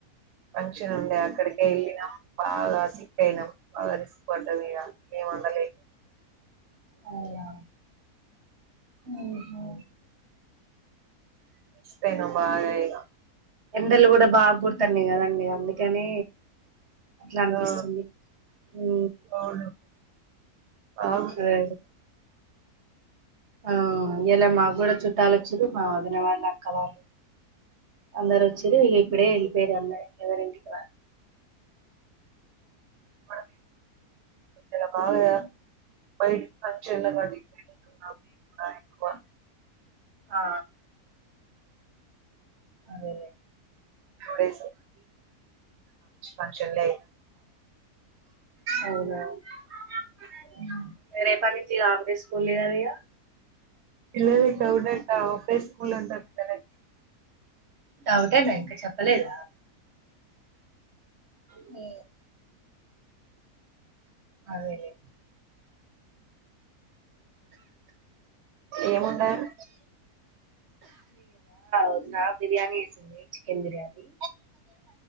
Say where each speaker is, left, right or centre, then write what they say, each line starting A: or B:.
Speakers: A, on the right (about 85°); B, on the right (about 55°).
A: ఫంక్షన్ ఉండే అక్కడ ఎల్లినం బాగా సిక్ అయినం బాగా అలసి పడ్డం ఇగ ఎమ్ వండాలె
B: అవున అయ్యో
A: అలసిపోయిన్నం బాగా ఇగ
B: ఎండలు కూడా బా కోడ్ తన్నై కదండి అందుకని అట్లా అనిపిస్తుంది
A: ఆ
B: హు
A: అవును బాగు
B: సరే ఆ ఇయల మాకు కూడా చుట్టాలు వచ్చిరు మా వదిన వాళ్ళు అక్క వాళ్ళు అందరు వచ్చిరు ఇగ ఇప్పుడే ఎల్లిపోఇల్లు అందరు ఎవరింటికి వాళ్ళు
A: వ బై ఇక్కడ బాగా బయటికి ఫంక్షన్ లకు అటు ఇటు అవి పాయింట్ వన్
B: ఆ అదే
A: టుడేస్ ఫంక్షన్లే
B: అవున ఉ రేపనుంచి ఇగ ఆఫ్ డే స్కూల్లు కదా ఇగ
A: పిల్లలు ఇక ఒకడంట ఒకటే స్కూల్ అంట పిల్లలకి
B: డౌట్ లే చెప్పలేద హు అదేలే
A: ఏముండారు
B: పొద్దున బిర్యానీ ఎసింది చికెన్ బిర్యానీ